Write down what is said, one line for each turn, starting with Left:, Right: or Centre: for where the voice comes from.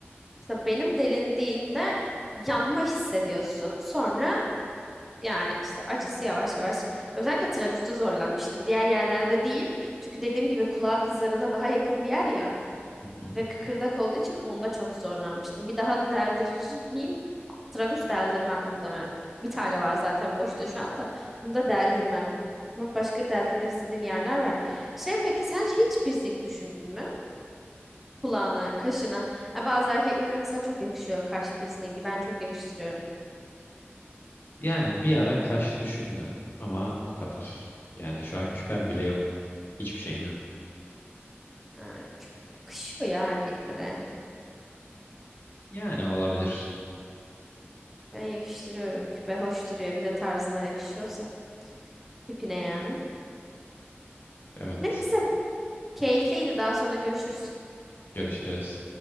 Centre: İşte benim delindiğinde yanma hissediyorsun. Sonra yani işte acısı yavaş yavaş. Özellikle tragusta zorlanmıştım. Diğer yerlerde değil. Çünkü dediğim gibi kulağa kızlarına daha yakın bir yer ya.
Left: Hı hı.
Centre: Ve kıkırdak olduğu için onda çok zorlanmıştım. Bir daha deldirir miyim Tragus deldirmem muhtemelen. Bir tane var zaten boşta şu anda. Bunu da deldirmem. Ama başka deldirmek istediğim yerler var. Şey peki sen hiç piercing düşündün mü? Kulağına, kaşına. Ha, bazı erkeklere mesela çok yakışıyor kaş piercingi. Ben çok yakıştırıyorum.
Left: Yani bir ara kaş düşündüm ama o kadar. Yani şu an küpem bile yok. Hiçbir şeyim yok.
Centre: Ha, küp yakışıyor ya erkeklere.
Left: Yani olabilir.
Centre: Ben yakıştırıyorum. Küpe hoş duruyor. Bir de tarzına yakışıyorsa. Tipine yani.
Left: Evet.
Centre: Neyse. Keyifliydi. Daha sonra görüşürüz.
Left: Görüşürüz.